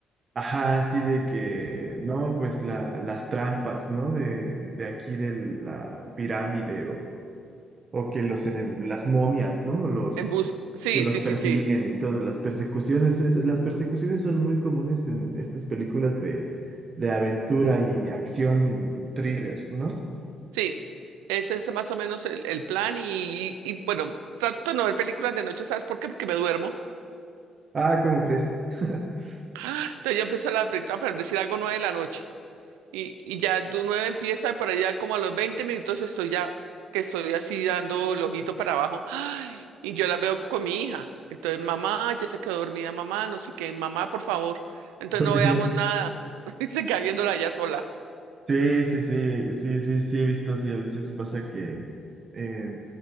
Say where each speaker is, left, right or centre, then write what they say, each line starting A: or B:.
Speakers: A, on the right; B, on the right.
A: Ajá, así de que, no, pues la, las trampas, ¿no? De, de aquí de la pirámide o, o que los enem- las momias, ¿no? Los
B: En bus, sí,
A: que los
B: sí,
A: persiguen
B: sí, sí,
A: y todas las persecuciones. Es- las persecuciones son muy comunes en estas películas de, de aventura y acción y thriller, ¿no?
B: sí. Ese es más o menos el, el plan y, y, bueno, trato de no ver películas de noche, ¿sabes por qué? Porque me duermo.
A: Ah, ¿cómo crees? <laughs>
B: Ah, Entonces yo empiezo la película para no decir algo nueve de la noche. Y, y ya de un 9 empieza, para allá como a los 20 minutos estoy ya, que estoy así dando el ojito para abajo. Ay, y yo la veo con mi hija. Entonces, mamá, ya se quedó dormida, mamá, no sé qué, mamá, por favor. Entonces
A: Ok.
B: no veamos nada. <laughs> Y Se queda viéndola ya sola.
A: Sí, sí, sí, sí, sí, sí, he visto así. A veces pasa que eh,